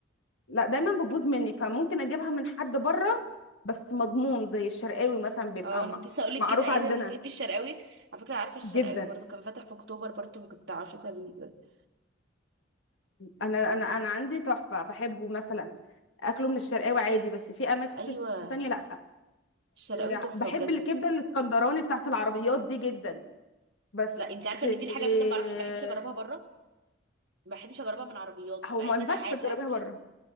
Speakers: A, on the left (about 85°); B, on the right (about 65°).
A: لا دايما بتبوظ مني فممكن اجيبها من حد بره بس مضمون زي الشرقاوي مثلا بيبقى
B: اه انا
A: م-
B: كنت لسه اقول لك
A: معروف
B: كده ايه
A: عندنا
B: ده انت بتحبي الشرقاوي على فكره عارفه الشرقاوي
A: جدا
B: برضه كان فاتح في اكتوبر برضه كنت عاشقه ليه بجد
A: انا انا انا عندي تحفه بحبه مثلا اكله من الشرقاوي
B: آه.
A: عادي بس في اماكن
B: ايوه
A: تانية لا
B: الشرقاوي
A: آه،
B: تحفه
A: بحب
B: بجد
A: الكبده الاسكندراني بتاعت العربيات دي جدا بس
B: لا انت عارفه ان دي الحاجه
A: آه،
B: الوحيده ما بعرفش ما بحبش اجربها بره ما بحبش اجربها من عربيات
A: هو
B: مع
A: ما
B: ان
A: ينفعش
B: انا عاد
A: تجربيها
B: على فكره
A: بره